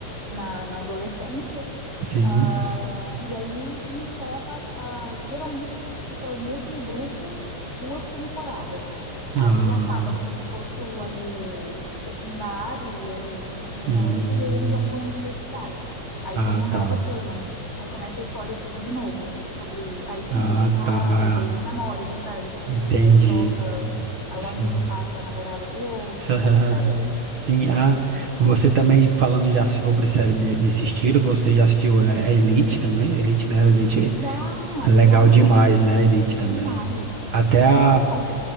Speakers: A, on the left; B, on the right.
A: na- na adolescência.
B: Sim.
A: Ah, e aí encerra, ah, geralmente fica o mesmo grupo duas temporadas. Aí
B: Ah,
A: acaba como se fosse o, ali o, o secundário ou o ensino
B: hum.
A: médio, e aí eles vão para a universidade. Aí
B: Ah,
A: vem a nova
B: tá.
A: turma, aí começa a história tudo de novo. Sobre, aí tem
B: Ah,
A: os casos,
B: tá.
A: aí eles namoram, eles largam, eles brigam,
B: Entendi.
A: aí troca, aí o
B: Sim.
A: amigo cata a namorada do outro,
B: <laughs>
A: aquelas coisas
B: Sim.
A: de sempre,
B: Ah,
A: assim.
B: você também falando já sobre série ne- nesse estilo, você já assistiu a a Elite também? A Elite, né? A Elite
A: Já,
B: Legal
A: já
B: demais, né, Elite
A: Demais,
B: também. Até
A: demais.
B: a,
A: Então,
B: a,